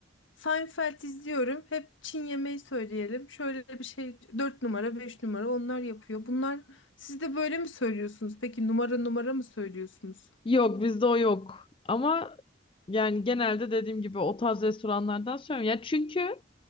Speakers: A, on the left; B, on the left.
A: Seinfeld izliyorum. Hep Çin yemeği söyleyelim. Şöyle bir şey 4 numara, 5 numara onlar yapıyor. Bunlar siz de böyle mi söylüyorsunuz? Peki numara numara mı söylüyorsunuz?
B: yok bizde o yok. Ama yani genelde dediğim gibi o tarz restoranlardan söylüyorum. Ya çünkü